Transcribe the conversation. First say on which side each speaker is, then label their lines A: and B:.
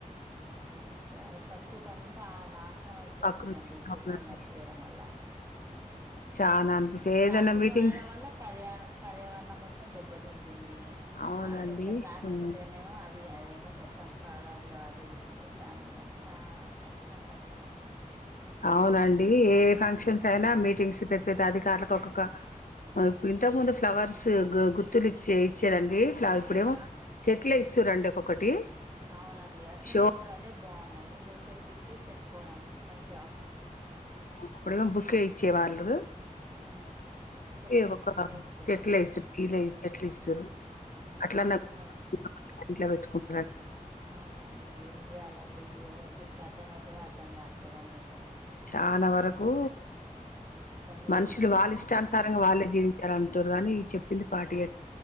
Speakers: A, on the right; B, on the left.
A: ఎమో ఏం చేయాలి ప్రకృతి అంతా నాశనం అయిపోతుందండి
B: ప్రకృతి
A: ఈ చెట్లను
B: అవునండి
A: నరికేయడం. వల్ల.
B: చానా అనిపిస్త ఏదైనా
A: ప్లాస్టిక్
B: మీటింగ్స్
A: వాడడం వల్ల పర్యా పర్యావరణం మొత్తం దెబ్బతింటు. తుంది
B: అవునండి
A: ఆ చెత్త ప్లాస్టిక్
B: ఉమ్.
A: లేమో అది అదేమో మొత్తం కారాబ్. కాదు దాన్ని అంతా కష్టం కష్టం అయితుంది.
B: అవునండి ఏ ఫంక్షన్స్ అయినా మీటింగ్స్ పెద్ద పెద్ద అధికారులకు ఒక్కొక్క. ఆహ్ ఇప్పుడు ఇంతకు ముందు ఫ్లవర్స్ గు గుత్తులు ఇచ్చే ఇచ్చేదండి ఇప్పుడేమో
A: ఆ
B: చెట్. ఎట్లా ఇస్తున్నారండి ఒక్కొక్కటి.
A: అవునండి అట్లనే
B: షో
A: ఇప్పుడు అదే బాగుందండి షో చెట్లిస్తే పెట్టుకోవడానికి మంచిగ.
B: అప్పుడేమో బుకే యిచ్చే వాళ్లు.
A: ఉమ్ ఇప్పుడు చెట్లే
B: ఏమో ఒక
A: ట్రీలే ఇస్తారు
B: చేట్ల్ ఎషింరు కిలే ఎషింరు చేట్ల్ ఎస్తున్రు.
A: మ్మ్
B: అట్లా
A: ఆక్సిజన్
B: నాన్ ఇంట్లా పెట్టుకుండ్.
A: అవ్నండి ఏం చెయాలండి ఎవరికి చెప్తే అర్ధం అయితదో అర్ధం కావట్లేదండి అసలు.
B: చానా వరకు
A: ఇబ్బంది అయితుంది
B: మనుషులు
A: ఇప్పుడు
B: వాళ్ళ
A: పు
B: ఇష్టానుసారంగా వాళ్ళే జీవించాలం. గానీ చెప్పింది పాట్.